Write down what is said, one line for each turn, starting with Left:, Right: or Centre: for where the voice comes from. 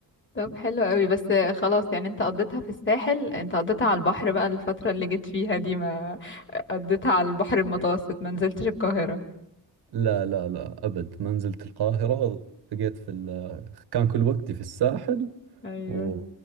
Left: طب حلو قوي بس خلاص يعني انت قضيتها في الساحل انت قضيتها على البحر بقى الفترة اللي جيت فيها دي ما قضيتها على البحر المتوسط ما نزلتش القاهرة
Right: لا لا لا ابد ما نزلت القاهرة بقيت في ال... كان كل وقتي في الساحل
Left: ايوه
Right: و...